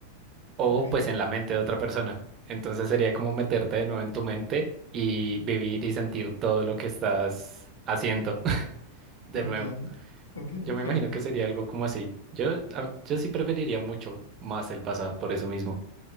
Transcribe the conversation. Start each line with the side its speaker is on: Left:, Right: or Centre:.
Right: o
Left: ok,
Right: pues en la mente de otra persona. Entonces sería como meterte de nuevo en tu mente y vivir y sentir todo lo que estás haciendo <laughs> de
Left: ok,
Right: nuevo.
Left: ok,
Right: Yo me
Left: genial.
Right: imagino que sería algo como así. Yo, a- yo sí preferiría mucho más el pasado por eso mismo.